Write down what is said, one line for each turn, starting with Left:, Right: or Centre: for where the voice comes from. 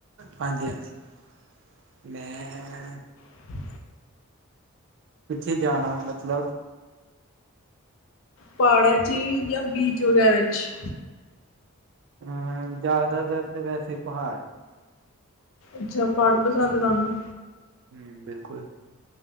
Right: ਹਾਂਜੀ-ਹਾਂਜੀ‌। ਮੈਂ
Left: ' <inaudible>
Right: ਕਿੱਥੇ ਜਾਣਾ, ਮਤਲਬ?
Left: ਪਾੜਾਂ 'ਚ ਯਾਂ ਬੀਚ ਵਗ਼ੈਰਾ 'ਚ।
Right: ਅਮ। ਜ਼ਿਆਦਾਤਰ ਤੇ ਵੈਸੇ ਪਹਾੜ
Left: ਅੱਛਾ, ਪਾੜ ਪਸੰਦ ਤਾਨੂੰ?
Right: ਹਮ, ਬਿਲਕੁਲ।